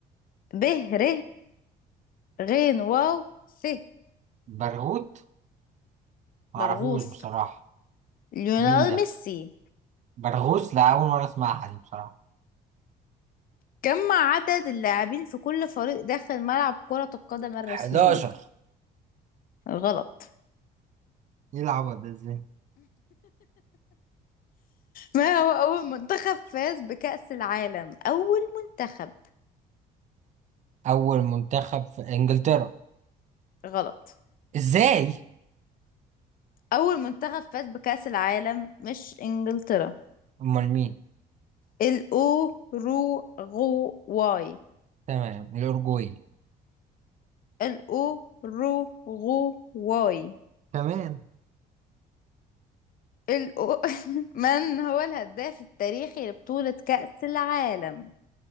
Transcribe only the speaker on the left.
ب ر غين واو ث
مرغوص
ليونيل
ميسي
كم عدد اللاعبين في كل فريق داخل ملعب كرة القدم الرسمية
غلط
ما هو أول منتخب فاز بكأس العالم أول منتخب
غلط
أول منتخب فاز بكأس العالم مش إنجلترا
الأوروغواي
الأوروغواي
الأو... <laughs> من هو الهداف التاريخي لبطولة كأس العالم